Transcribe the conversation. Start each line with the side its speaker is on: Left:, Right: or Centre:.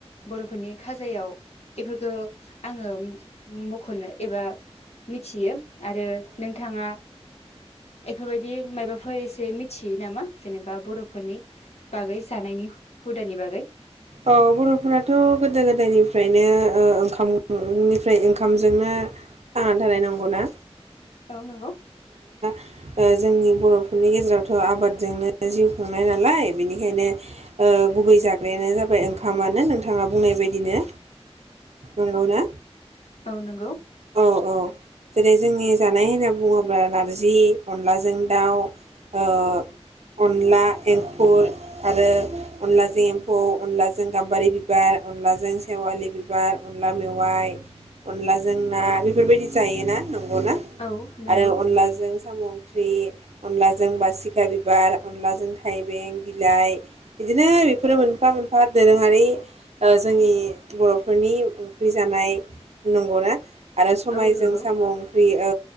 Left: बर'फोरनि खाजायाव बेफोरखौ आङो मख'नो एबा मिथियो। आरो नोंथाङा एफोरबायदि माबाफोर एसे मिथियो नामा जेनेबा बर' फोरनि बागै जानायनि हुदानि बागै
Right: अ बर'फोराथ' गोदो गोदायनिफ्रायनो ओंखाम निफ्राय ओंखामजोंनो थांना थानाय नंगौ ना
Left: औ नंगौ
Right: ओ जोंनि बर'फोरनि गेजेरावथ' आबादजोंनो जिउ खुंनाय नालाय बेनिखायनो गुबै जाग्रायानो जाबाय ओंखामानो नोंथाङा बुंनाय बायदिनो नंगौना?
Left: औ नंगौ
Right: औ औ जेरै जोंनि जानाय होनना बुङोब्ला नारजि अनलाजों दाउ ओ अनला एंखुर आरो अनलाजों एम्फौ अनलाजों गाम्बारि बिबार अनलाजों सेवालि बिबार अनला मेवाइ अनलाजों जोंना बेफोरबायदि जायोना नंगौना
Left: औ नंगौ
Right: आरो अनलाजों साम' ओंख्रि अनलाजों बासिखा बिबार अनलाजों थाइबें बिलाइ बिदिनो बेफोरो मोनफा मोनफा दोरोङारि ओ जोंनि बर'फोरनि ओंख्रि जानाय नंगौना। आरो समायजों
Left: औ नंगौ
Right: साम' ओंख्रि औ